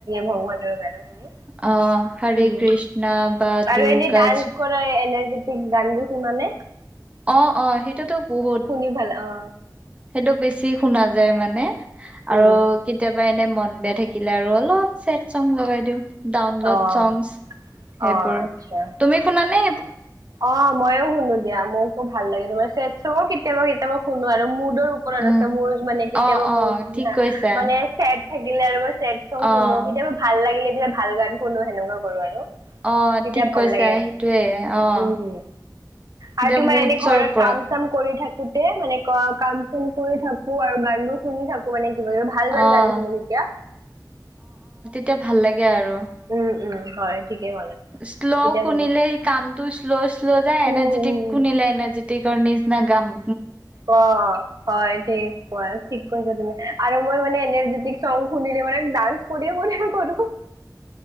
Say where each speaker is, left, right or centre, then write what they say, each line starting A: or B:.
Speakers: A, on the right; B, on the right.
A: ভগৱানৰ গান শুনি
B: অ হৰি
A: উম
B: কৃষ্ণ বা দুৰ্গা
A: আৰু এনেই ডান্স কৰা এনাৰ্জেটিক গান বোৰ সিমানে
B: অ-অ সেইটোতো বহুত
A: শুনি ভাল অ
B: সেইটো বেছি শুনা যায় মানে আৰু
A: উম
B: কেতিয়াবা। ক এনে মন বেয়া থাকিলে আৰু অলপ চছেড চং লগাই দিওঁ। ডাউনলোড
A: অ
B: চংছ সেইবোৰ
A: অ আচ্ছা
B: তুমি শুনা নে?
A: অ ময়ো শুনো দিয়া মোকো ভাল লাগে তোমাৰও কেতিয়াবা কেতিয়াবা শুনো আৰু মোৰ ওপৰত
B: উম,
A: আছে মোৰ মানে কেতিয়াবা
B: অ', অ',
A: মোৰ
B: ঠিক কৈছা।
A: মানে চেদ থাকিলে আৰু। চছেড চংচ
B: অ',
A: শুনো কেতিয়াবা ভাল লাগিলে তেতিয়া ভাল গান শুনো সেনেকুৱা কৰো আৰু।
B: অ'
A: তেতিয়া
B: ঠিক
A: ভাল
B: কৈছা
A: লাগে
B: সেইটোয়ে। অ'।
A: উম
B: এতিয়া
A: আৰু তোমাৰ
B: মুডছৰ
A: এনে ঘৰত
B: ওপৰত
A: কাম চাম কৰি থাকে। গোটেই মানে ক কাম চাম কৰি থাকো আৰু গান বোৰ শুনি থাকো মানে। আৰু ভাল-ভাল
B: অ'।
A: গান শুনো তেতিয়া
B: এতিয়া ভাল লাগে আৰু।
A: উম উম হয়। ঠিকেই ক'লা
B: শ্ল'
A: তেতিয়া
B: শুনিলে
A: ভাল
B: কামটো শ্ল-শ্ল' যায়
A: উম
B: এনাৰ্জেটিক
A: উম
B: শুনিলে এনাৰ্জেটিক তিকৰ নিচনা গাম।
A: অ', অ', হয় দে এনেকুৱা ঠিক কৈছা তুমি আৰু মই মানে এনেৰযেটিক সং শুনিলে মান ডান্স কৰিম-কৰিম কৰো।